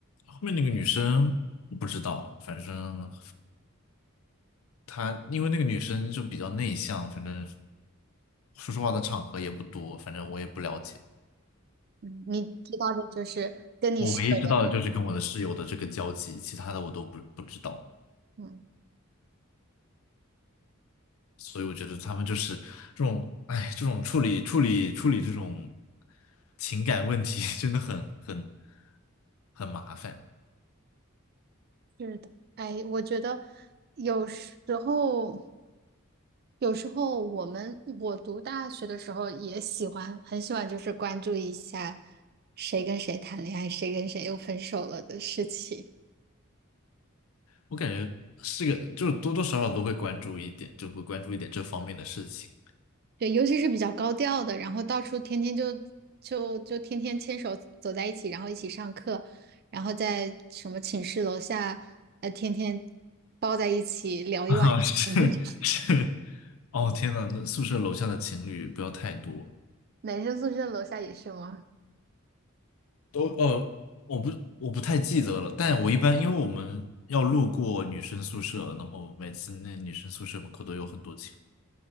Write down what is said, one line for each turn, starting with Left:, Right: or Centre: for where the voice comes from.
Left: 后面那个女生我不知道，反正她因为那个女生就比较内向，反正说实话的场合也不多，反正我也不了解。
Right: 嗯，你知道的就是跟你室友的
Left: 我唯一知道的就是跟我的室友的这个交集，其他的我都不不知道，
Right: 那嗯，
Left: 所以我觉得他们就是这种，哎，这种处理处理处理这种情感问题，<laughs> 真的很很很麻烦。
Right: 是的。哎，我觉得有时候，有时候我们我读大学的时候也喜欢，很喜欢，就是关注一下谁跟谁谈恋爱，谁跟谁又分手了的事情。
Left: 我感觉是个，就是多多少少都会关注一点，就会关注一点这方面的事情。
Right: 对，尤其是比较高调的，然后到处天天就就就天天牵手走在一起，然后一起上课，然后在什么寝室楼下，呃，天天抱在一起聊一晚上。
Left: <laughs> 啊，是是，
Right: <laughs>
Left: 哦天呐，那宿舍楼下的情侣不要太多。
Right: 男生宿舍楼下也是吗？
Left: 都呃，我不我不太记得了，但我一般因为我们要路过女生宿舍，然后每次那女生宿舍门口都有很多情